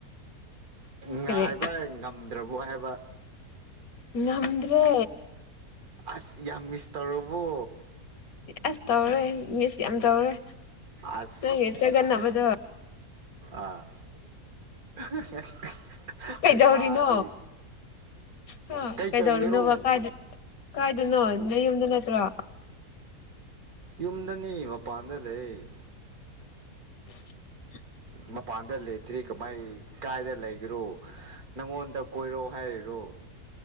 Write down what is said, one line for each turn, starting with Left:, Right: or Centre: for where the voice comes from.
Right: ꯉꯥꯏꯕ
Left: ꯀꯔꯤ
Right: ꯉꯝꯗ꯭ꯔꯕꯣ ꯍꯥꯏꯕ
Left: ꯉꯝꯗ꯭ꯔꯦ
Right: ꯑꯁ ꯌꯥꯝ ꯃꯤꯁ ꯇꯧꯔꯕꯣ
Left: ꯑꯁ ꯇꯧꯔꯦ ꯃꯤꯁ ꯌꯥꯝ ꯇꯧꯔꯦ
Right: ꯑꯁ
Left: ꯅꯪꯒꯤ ꯆꯒꯠꯅꯕꯗꯣ
Right: ꯑꯥ <unintelligible>
Left: ꯀꯩꯗꯧꯔꯤꯅꯣ
Right: ꯍꯩꯄꯥꯗꯤ
Left: ꯍꯥ
Right: ꯀꯩ
Left: ꯀꯩꯗꯧꯔꯤꯅꯣꯕ
Right: ꯇꯧꯒꯦꯔꯣ
Left: ꯀꯥꯏꯗ ꯀꯥꯏꯗꯅꯣ ꯅꯌꯨꯝꯗ ꯅꯠꯇ꯭ꯔꯣ
Right: ꯌꯨꯝꯗꯅꯤ ꯃꯄꯥꯟꯗ ꯂꯩꯌꯦ
Left: <inaudible>
Right: ꯃꯄꯥꯟꯗ ꯂꯩꯇ꯭ꯔꯤ ꯀꯃꯥꯏ ꯀꯥꯏꯗ ꯂꯩꯒꯦꯔꯣ ꯅꯪꯉꯣꯟ ꯗ ꯀꯣꯏꯔꯣ ꯍꯥꯏꯔꯤꯔꯣ